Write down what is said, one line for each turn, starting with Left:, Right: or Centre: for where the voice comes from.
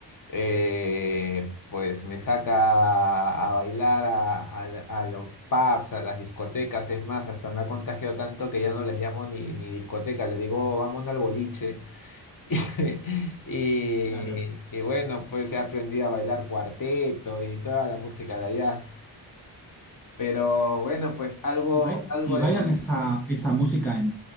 Left: eh, pues me saca a, a bailar a, a la- a los pubs, a las discotecas. Es más, hasta me ha contagiado tanto que ya no les llamo ni, ni discoteca, les digo, "Oh, vamos al boliche. <laughs> Y,
Centre: Claro.
Left: y- bueno, pues he aprendido a bailar cuarteto y toda la música de allá. Pero bueno, pues algo,
Centre: ¿Y bai-
Left: algo
Centre: y bailan
Left: de conexión.
Centre: esa, esa música en...